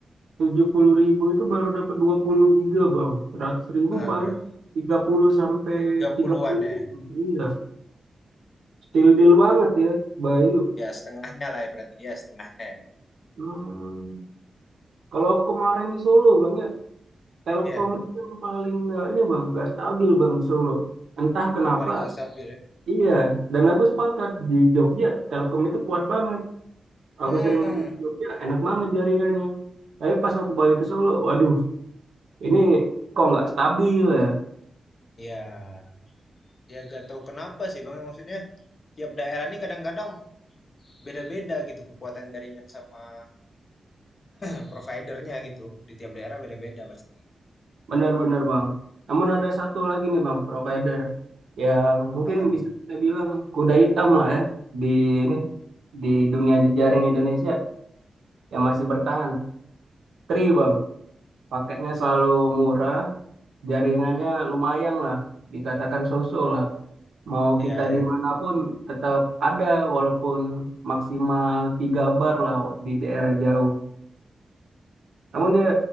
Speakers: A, on the right; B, on the left.
A: tujuh puluh ribu itu baru dapat 20 giga Bang. seratus ribu
B: Nah,
A: paling
B: ber-
A: 30 sampai
B: 30
A: tiga puluh.
B: ya.
A: Iya, still deal banget ya Bayu.
B: Ya, setengahnya lah ya berarti ya, setengahnya ya.
A: Hmm. Kalau aku kemarin di Solo Bang ya, Telkom
B: Iya,
A: itu yang paling nggak ini Bang, nggak stabil Bang di Solo. Entah kenapa
B: itu paling nggak stabil ya.
A: Iya, dan aku sepakat di Jogja Telkom itu kuat banget. Aku
B: Hmm.
A: sering main ke Jogja, enak banget jaringannya. Tapi pas aku balik ke Solo, waduh, ini kok nggak stabil ya?
B: Ya, ya gak tahu kenapa sih Bang. Maksudnya tiap daerah ini kadang-kadang beda-beda gitu kekuatan jaringan sama eh, providernya gitu. Di tiap daerah beda-beda pasti.
A: Benar-benar bang. Namun ada satu lagi nih bang, provider yang mungkin
B: Apa nih?
A: bisa kita bilang kuda hitam lah ya di ini di dunia jejaring Indonesia yang masih bertahan. Tri bang, paketnya selalu murah, jaringannya
B: Hmm.
A: lumayan lah, dikatakan so-so lah. Mau
B: Ya,
A: kita
B: ya.
A: dimanapun tetap ada walaupun maksimal tiga bar lah di daerah jauh. Namun dia